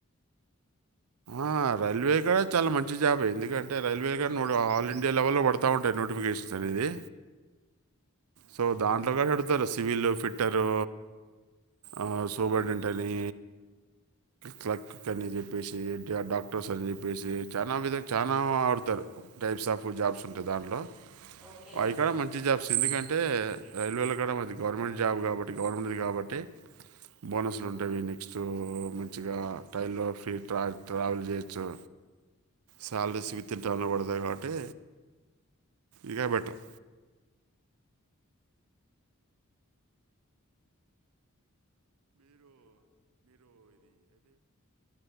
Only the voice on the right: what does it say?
ఆ రైల్వే కూడా చాలా మంచి జాబ్ ఎందుకంటే రైల్వేగా ఆల్ ఇండియా లెవెల్ లో పడుతా ఉంటాయి నోటిఫికేషన్స్ అనేది సో దాంట్లో కూడా అడుతారు సివిల్ ఫిట్టరు ఆ సోబడంటలి క్లక్ చెప్పేసి డాక్టర్స్ అని చెప్పేసి చాల విధ చానా ఆడతారు టైప్స్ ఆఫ్ జాబ్స్ ఉంటాయి దాంట్లో
అవిక్కడ మంచి జాబ్స్ ఎందుకంటే రైల్వేలు కూడా మది గవర్నమెంట్ జాబ్ కాబట్టి గవర్నమెంట్ది కాబట్టి బోనసులు ఉంటాయి వీకి మంచిగా ట్రైన్లో ఫీ ట్రావెల్ చేయొచ్చు సాలరీస్ విత్ టైంలో పడతాయి కాబట్టి ఇక బెటర్